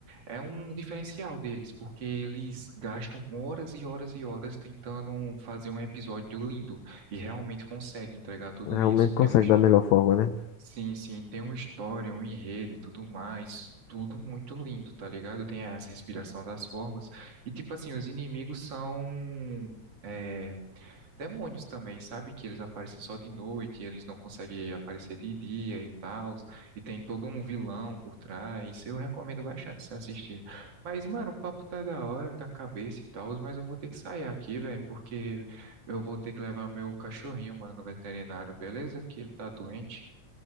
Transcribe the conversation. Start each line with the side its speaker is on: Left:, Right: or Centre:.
Right: É um diferencial deles, porque eles gastam horas e horas e horas tentando fazer um episódio lindo e realmente conseguem entregar tudo
Left: Realmente
Right: isso.
Left: consegue
Right: Tem uns,
Left: da melhor forma, né?
Right: sim, sim, tem uma história, um enredo e tudo mais, tudo muito lindo, tá ligado? Tem as respiração das formas e tipo assim, os inimigos são é, demônios também, sabe? Que eles aparecem só de noite, eles não conseguem aparecer de dia e tal, e tem todo um vilão por trás. Eu recomendo bastante você assistir. Mas, mano, o papo tá da hora, tá cabeça e tal, mas eu vou ter que sair aqui, velho, porque eu vou ter que levar meu cachorrinho, mano, no veterinário, beleza? Que ele tá doente.